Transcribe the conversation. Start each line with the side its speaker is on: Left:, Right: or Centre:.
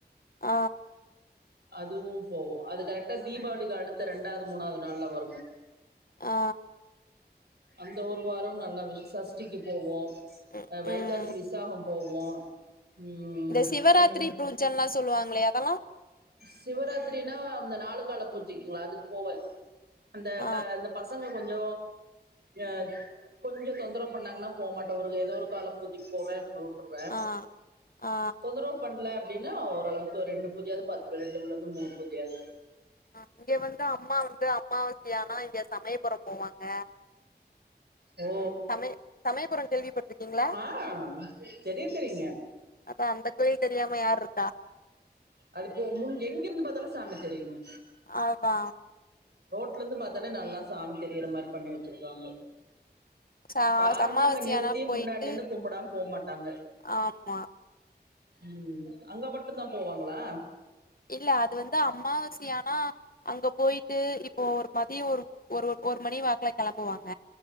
Left: ஆ
Right: அதுவும் போவோ அது கரெக்டா தீபாவளிக்கு அடுத்த ரெண்டாவ்து மூணாவ்து நாள்ல வருங்க
Left: ஆ
Right: அந்த ஒரு வார நல்ல விஷ சஷ்டிக்கு போவோ
Left: ம்
Right: அ வைகாசி
Left: ம்
Right: விசாகம் போவோ ம்
Left: இந்த சிவராத்திரி
Right: ரெண்டு மூணு
Left: பூஜன்லா சொல்லுவாங்களே அதெல்லா
Right: சிவராத்ரினா அந்த நாலு கால பூஜைக்குங்ளா அதுக்கு போவே அந்த
Left: ஆ
Right: கா இந்த சங்க கொஞ்ச அ கொஞ்ச தொந்தரவு பண்ணாங்கனா போகமாட்ட ஒரு எதோ ஒரு கால பூஜைக்கு போவே ம் ட்ருவே
Left: ஆ ஆ
Right: தொந்தரவு பண்லா அப்டினா ஓரளவுக்கு ரெண்டு பூஜையாது பாத்துருவே ரெண்டுல இருந்து மூணு பூஜையாது
Left: அ இங்க வந்து அம்மா வந்து அமாவாசையானா இங்கெ சமயபுரம் போவாங்க
Right: ஓ
Left: சமய சமயபுரம் கேள்விப்பட்டிருக்கீங்களா
Right: ஆ தெரியு தெரியுங்க
Left: அதா அந்த கோயில் தெரியாம யார்ருக்கா
Right: அதுபோ முன் எங்க இருந்து பார்த்தாலு சாமி தெரியுங்க
Left: ஆமா
Right: ரோட்ல இருந்து பாத்தாலே நல்லா சாமி தெரியுற மாரி பண்ணி வச்சிருக்காங்க
Left: ச
Right: யாருமே
Left: அம்மாவாசையானா
Right: அங்க நிறுத்தி
Left: போயிட்டு
Right: முன்னாடி நின்னு கும்புடாம போ மாட்டாங்க
Left: ஆமா
Right: உம் அங்க மட்டு தா போவாங்களா
Left: இல்ல அது வந்து அம்மாவாசியானா அங்க போயிட்டு இப்போ ஒரு மதியோ ஒரு ஒரு ஒரு மணி வாக்கல கிளம்புவாங்க